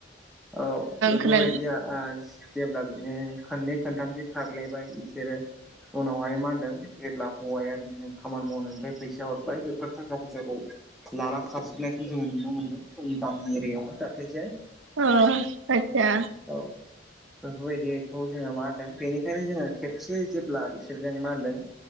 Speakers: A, in the centre; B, on the right.
A: औ बेफोरबायदिया
B: खोनादों
A: ओ जेब्ला बिदिनो खोनननै खोनथामसो खारलायबाय बिसोरो उनावहाय मा होनदों जेब्ला हौवाया बिदिनो खामानि मावनायनिफ्राय फैसा हरबाय बेफोर थाखा फैसाखौ लाना खारजोबनायखौ जोङो नुनो मोनदों जों गामि एरियायाव दाख्लैसो।
B: ओ आतसा
A: औ बेफोरबायदिखौ जोङो मा होनदों बेनिखायनो जोङो खेबसे जेब्ला बिसोरजों मा होनदों